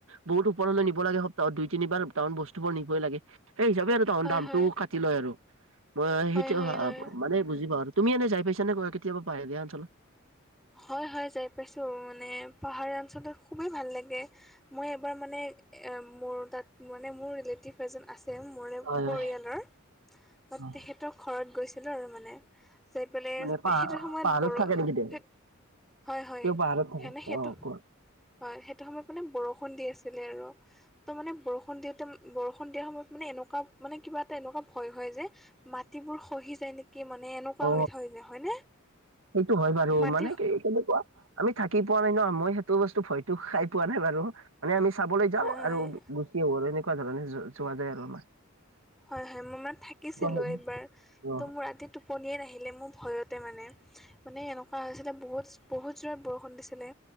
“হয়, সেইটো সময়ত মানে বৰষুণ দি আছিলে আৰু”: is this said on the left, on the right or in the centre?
Centre